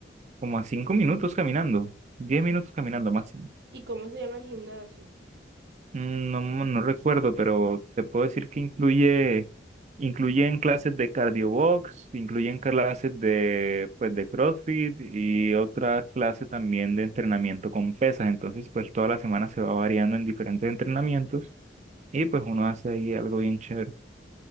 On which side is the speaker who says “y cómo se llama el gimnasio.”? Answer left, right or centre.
Right